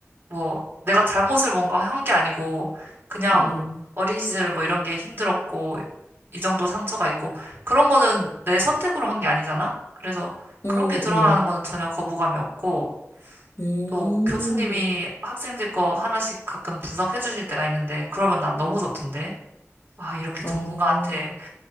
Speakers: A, on the right; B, on the left.
A: 뭐 내가 잘못을 뭔가 한 게 아니고 그냥
B: 응, 응.
A: 어린 시절에 뭐 이런 게 힘들었고 이 정도 상처가 있고 그런 거는 내 선택으로 한 게 아니잖아. 그래서
B: 응,
A: 그런 게 드러나는
B: 응.
A: 거는 전혀 거부감이 없고
B: 음,
A: 또 교수님이 학생들 거 하나씩 가끔 분석해 주실 때가 있는데 그러면 난 너무 좋던데. 아, 이렇게
B: 어,
A: 전문가한테